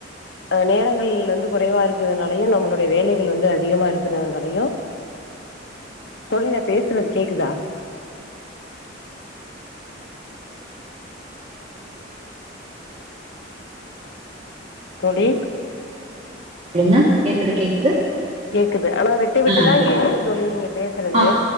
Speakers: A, on the left; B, on the right.
A: ஆ நேரங்கள் வந்து குறைவா இருக்குறதுனாலயு நம்மளுடைய வேலைகள் வந்து அதிகமா இருக்கிறதுனாலயு தோழி நா பேசுறது கேக்குதா தோழி
B: சொல்லுங்க கேக்குது கேக்குது
A: கேக்குது ஆனா விட்டு விட்டுதா
B: ஆ கேக்
A: கேக்குது தோழி நீங்க பேசறது
B: ஆ